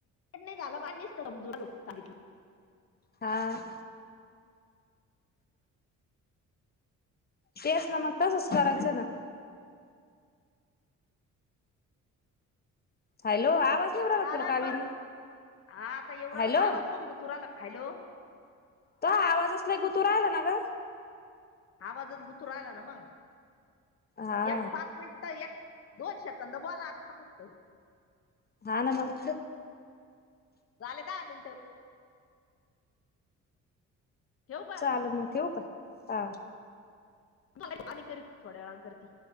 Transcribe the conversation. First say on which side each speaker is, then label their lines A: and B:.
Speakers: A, on the left; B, on the left.
A: नाही झालं, मग निस्त समजून आलो सांगितलं.
B: हा. तेच ना मग तसंच करायचं ना. हॅलो आवाज नाही येऊ राहिला का
A: चालन
B: तुला कावेरी
A: मग, हा आता येवू
B: हॅलो
A: रायला का आवाज खूप गुतू राहीला. हॅलो.
B: तुहा आवाजच लई गुतू राहिला ना गं?
A: आवाजच गुतू राहिला ना मग
B: हा
A: एक पाच मिन पाहिया दोन शेकंद बोला आता फक्त.
B: झालं मंग थ?
A: झाले दहा मिनट. ठेवू का?
B: चालंण मग ठेवू का? हां.
A: झालं की अलीकडं? थोड्या वेळांन करती.